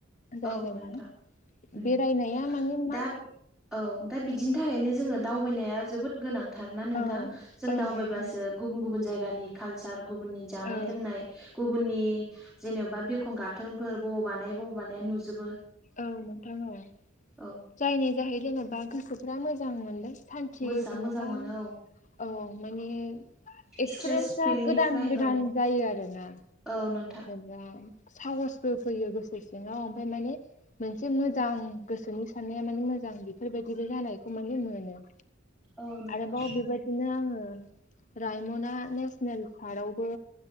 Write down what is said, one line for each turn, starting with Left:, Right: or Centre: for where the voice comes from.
Left: जायगाया
Centre: औ नोंथां उम
Left: बेरायनाया माने मा
Centre: दा औ दा बिदिनि थाखायनो जोङो दावबायनाया जोबोद गोनां थारना नोंथां
Left: औ
Centre: जों
Left: औ
Centre: दावबायबासो
Left: नोंथां औ
Centre: गुबुन गुबुन जायगानि कालचार गुबुननि जानाय
Left: औ
Centre: लोंनाय गुबुननि जेन'बा बिरखं गाथोनफोर बबाव बानाय बबाव बानाय माने नुजोबो
Left: औ नोंथां औ
Centre: औ
Left: जायनि जाहै जेनेबा गोसोफ्रा मोजां मोनदों सान जेनेबा
Centre: मोसा मोजां मोनो औ
Left: औ माने एक्सपिरियेन्सा
Centre: स्ट्रेस फिल्डनिफ्राय
Left: गोदान गोदान
Centre: औ
Left: जायो आरोना
Centre: औ नोंथां
Left: दा साहसबो फैयो गोसो सिङाव ओमफ्राय मानि मोनसे मोजां गोसोनि साननाया माने मोजां बेफोरबायदिबो जानायखौ माने नुनो मोनो।
Centre: औ नोंथां
Left: आरोबाव बेबायदिनो आङो रायमना नेसनेल पार्कआवबो